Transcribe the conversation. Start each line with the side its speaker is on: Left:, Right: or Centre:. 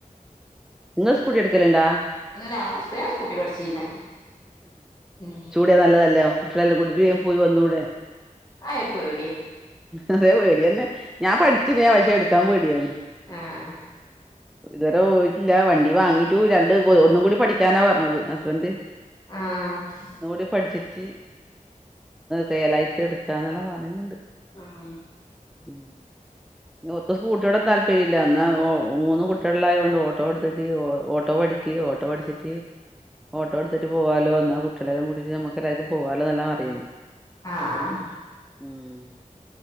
Centre: ഇങ്ങ സ്കൂട്ടി എടുക്കലുണ്ടാ
Left: ഇല്ല ഞങ്ള് ഞാൻ സ്കൂട്ടി പഠിച്ചില്ല ഉം
Centre: ച്ചാ നല്ലതല്ല കുട്ട്യളെല്ലം കൂട്ടീട്ട് പോയി വന്നുടെ
Left: അയരു പേട്യ
Centre: അതെ പേട്യന്നെ, ഞാൻ പഠിച്ചന പക്ഷേ ഇട്ക്കാൻ പേടിയാന്ന്
Left: ആഹ്
Centre: ഇതുവരെ ഓയിട്ടില്ല വണ്ടി വാങ്ങിട്ടുല്ല രണ്ട് ഒന്നും കൂടി പഠിക്കാനാ പറഞ്ഞത് ഹസ്ബന്ഡ്
Left: ആഹ്
Centre: ഒന്നുടെപഠിച്ചിട്ട് റിയൽ ആയിട്ട് എടുക്കാന്നല്ലാം പറയുന്നുണ്ട്
Left: ആഹ്
Centre: ഉം പിന്നെ ഓർക്ക് സ്കൂട്ടിയോണ്ടൊന്നും താല്പര്യല്ല എന്നാ മൂന്ന് കുട്ടികള് ആയോണ്ട് ഓട്ടോ എടുത്തിട്ട് ഓ ഓട്ടോ പഠി ക്കി ഓട്ടോ പഠിച്ചിട്ട് ഓട്ടോ എടുത്തിട്ട് പോവാലോ എന്ന കുട്ടി കുട്ടിയളെല്ലാം കൂട്ടിട്ട് നമുക്ക് എല്ലാർക്കും പോകാലോന്നെല്ലാം പറയൂ
Left: ആഹ് ആഹ്
Centre: ഉം